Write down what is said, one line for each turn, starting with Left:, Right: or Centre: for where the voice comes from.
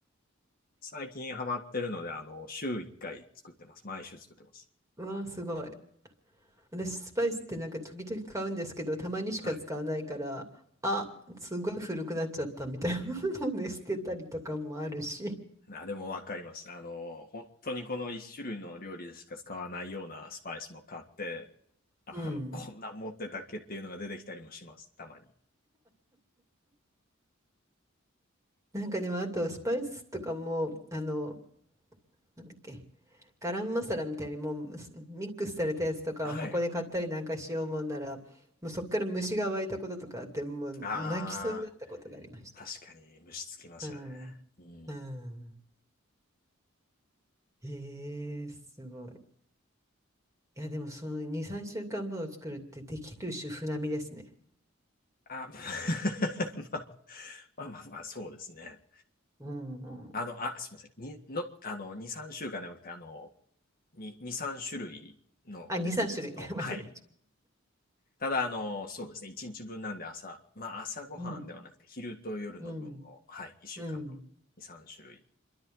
Left: 最近ハマってるので、あの、週1回作ってます。毎週作ってます。
Right: うわあ、すごい。私、スパイスってなんか時々買うんですけど、たまにしか使わないから、
Left: はい。
Right: あ、すごい古くなっちゃったみたいなので捨てたりとかもあるし。
Left: あ、でもわかります。あの、本当にこの1種類の料理でしか使わないようなスパイスも買って、あの、
Right: うん。
Left: こんな持ってたっけっていうのが出てきたりもします。たまに。
Right: なんかでも、あと、スパイスとかも、あの、なんだっけ、ガラムマサラみたいにもうすミックスされたやつとかを箱で買ったりなんかしようもんなら、
Left: はい。
Right: もうそこから虫が湧いたこととかあって、もう泣きそうになったことがありました。
Left: ああ、確かに虫つきますよね。
Right: うん。
Left: うん。
Right: うん。へえ、すごい。いや、でもその2、3週間分を作るってできる主婦並みですね。
Left: あ、<laughs> まあまあまあまあ、そうですね。
Right: うんうん。
Left: あの、あ、すみません。にの、あの、2、3週間ではなくて、あの、に2、3種類の別々の。
Right: あ、2、3種類ね。<laughs> 間違えち
Left: はい。ただ、あの、そうですね、1日分なんで朝、まあ朝ごはんではなくて、
Right: うん。
Left: 昼と夜の分を、
Right: うん。
Left: はい、1週間分、
Right: うん。
Left: 2、3種類